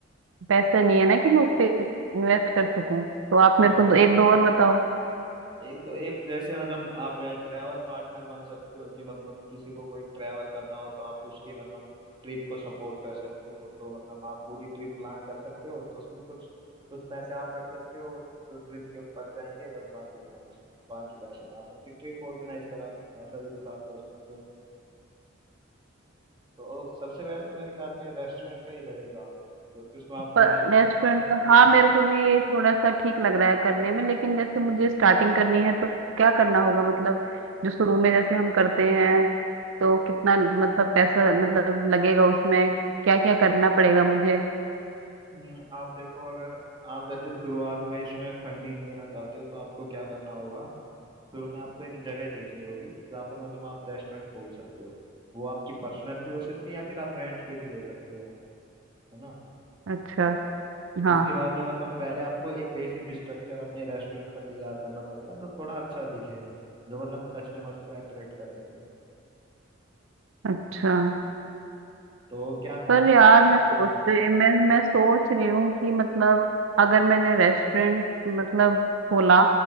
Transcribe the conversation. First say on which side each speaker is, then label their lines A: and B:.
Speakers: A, on the right; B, on the right.
A: पैसा नहीं है ना कि मैं उस पे इन्वेस्ट कर सकूं तो आप मेरे को
B: हाँ।
A: दो, एक दो और बताओ
B: एक तो एक जैसे मतलब आप ट्रैवल पार्टनर बन सकते हो कि मतलब किसी को कोई ट्रैवल करना हो तो आप उसके मतलब ट्रिप को सपोर्ट कर सकते हो तो मतलब आप पूरी ट्रिप प्लान कर सकते हो तो उसमें कुछ कुछ पैसे आप रख सकते हो जो ट्रिप के बच जाएंगे और बाकी मतलब उस बाकी पैसों में आप उनकी ट्रिप ऑर्गेनाइज करा दो ऐसा भी कुछ आप कर सकते हो तो सबसे बेस्ट तो मेरे ख्याल में रेस्टोरेंट का ही रहेगा क्योंकि उसमें आपको
A: रेस्टोरेंट
B: इनिशियल फंडिंग इतनी
A: का
B: नहीं
A: हाँ मेरे को भी ये थोड़ा सा ठीक लग रहा है करने में लेकिन जैसे मुझे स्टार्टिंग करनी है तो क्या करना होगा मतलब जो शुरू में जैसे हम करते हैं तो कितना मतलब पैसा मतलब लगेगा उसमें क्या क्या करना पड़ेगा मुझे
B: हम्म, आप देखो अगर आप जैसे शुरुआत में इसमें फंडिंग देना चाहते हो तो आपको क्या करना होगा शुरू में आपको एक जगह देखनी होगी जहाँ पर मतलब आप रेस्टोरेंट खोल सकते हो वो आपकी पर्सनल भी हो सकती है या फिर आप रेंट पे भी ले सकते हो है ना
A: अच्छा हाँ
B: उसके बाद में मतलब पहले आपको एक बेसिक स्ट्रक्चर अपने रेस्टोरेंट का तैयार करना पड़ेगा जो थोड़ा अच्छा दिखे जो मतलब कस्टमर्स को अट्रैक्ट कर सके
A: अच्छा
B: तो क्या है
A: पर
B: आपके
A: यार
B: पास
A: मैं
B: अगर
A: सोच
B: कोई जगह
A: रही मैं मैं सोच रही हूँ कि मतलब अगर मैंने रेस्टोरेंट मतलब खोला